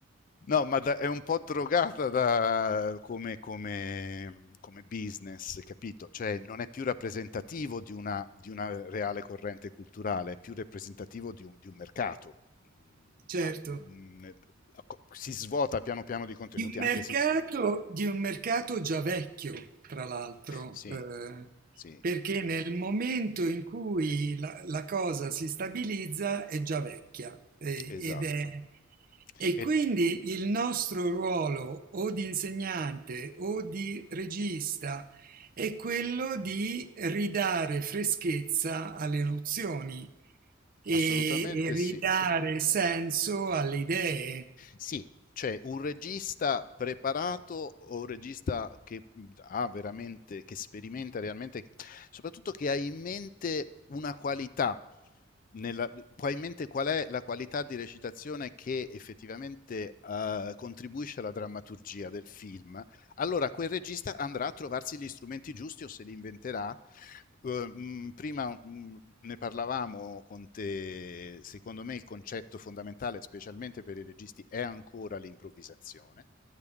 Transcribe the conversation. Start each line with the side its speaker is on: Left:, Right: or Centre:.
Left: no, ma da- è un po' drogata da- come, come- come business, capito? Cioè non è più rappresentativo di una, di una reale corrente culturale, è più rappresentativo di un, di un mercato. Mm,
Right: certo.
Left: Ma mm, si svuota piano piano di contenuti,
Right: Di un mercato,
Left: anche se... ci-
Right: di un mercato già vecchio, tra l'altro,
Left: sì,
Right: eh,
Left: sì.
Right: perché nel momento in cui la, la cosa si stabilizza è già vecchia eh,
Left: Esatto.
Right: ed è, e
Left: E
Right: quindi il nostro ruolo o di insegnante o di regista è quello di ridare freschezza alle nozioni e,
Left: assolutamente
Right: e ridare
Left: sì.
Right: senso alle idee.
Left: Sì, cioè un regista preparato o un regista che ha veramente, che sperimenta realmente, soprattutto che ha in mente una qualità, nella, ha in mente qual è la qualità di recitazione che effettivamente eh, contribuisce alla drammaturgia del film, allora quel regista andrà a trovarsi gli strumenti giusti o se li inventerà Uh, mh, prima mh, ne parlavamo con te, secondo me il concetto fondamentale, specialmente per i registi, è ancora l'improvvisazione,